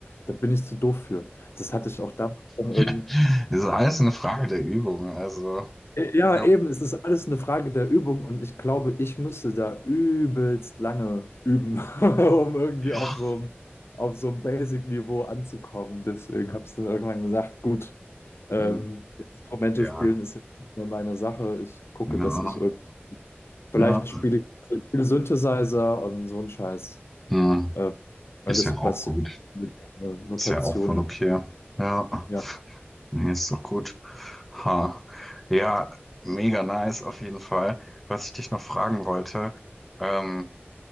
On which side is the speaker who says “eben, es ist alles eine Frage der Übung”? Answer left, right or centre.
Left